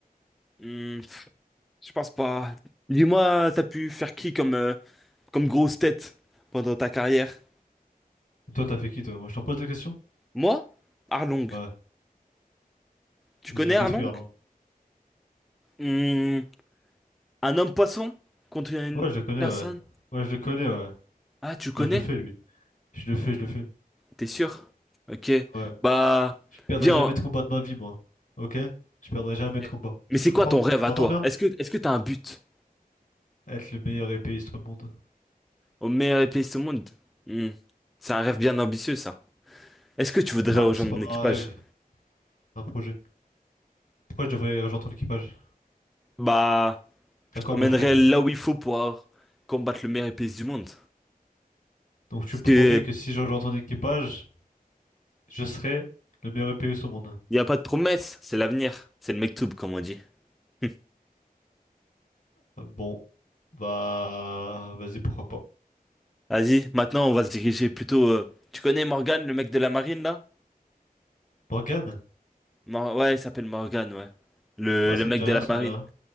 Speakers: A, in the centre; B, on the left (about 60°).
A: Hmm, pff, je pense pas. Dis-moi, t'as pu faire qui comme euh, comme grosse tête pendant ta carrière?
B: Et toi, t'as fait qui, toi? Moi, je t'en pose des questions?
A: Moi? Arlong.
B: Ouais.
A: Tu
B: Je
A: connais
B: le détruis,
A: Arlong?
B: Arlong.
A: Hmm, un homme poisson contre une
B: Ouais, je le connais,
A: personne?
B: ouais. Ouais, je le connais, ouais.
A: Ah tu le connais?
B: Moi, je le fais, lui. Je le fais, je le fais.
A: T'es sûr? Ok.
B: Ouais.
A: Bah
B: Je perdrai
A: viens.
B: jamais
A: on-
B: de combat de ma vie, moi. Ok? Je perdrai jamais
A: Ok.
B: de combat.
A: Mais c'est
B: Tu comprends?
A: quoi ton rêve à
B: T'entends
A: toi?
B: bien?
A: Est-ce que est-ce que t'as un but?
B: Être le meilleur épéiste au monde.
A: Au meilleur épéiste au monde? Hmm. C'est un rêve bien ambitieux, ça. Est-ce que tu
B: C'est
A: voudrais
B: pas,
A: rejoindre
B: c'est pas
A: mon équipage?
B: un rêve, c'est un projet. Pourquoi je devrais rejoindre ton équipage?
A: Bah,
B: T'as
A: je t'emmènerai
B: quoi à m'offrir?
A: là où il faut pour euh, combattre le meilleur épéiste du monde.
B: Donc, tu
A: Parce
B: me promets
A: que
B: que si je rejoins ton équipage, je serai le meilleur épéiste au monde.
A: il n'y a pas de promesse, c'est l'avenir. C'est le mektoub, comme on dit. Hmm.
B: Bon, bah, vas-y, pourquoi pas.
A: Vas-y, maintenant on va se diriger plutôt. euh, Tu connais Morgan, le mec de la marine là?
B: Morgane?
A: Mor- ouais, il s'appelle Morgan, ouais. Le,
B: Ah,
A: le
B: ça
A: mec
B: me dit rien,
A: de la
B: ça
A: marine.
B: me dit rien.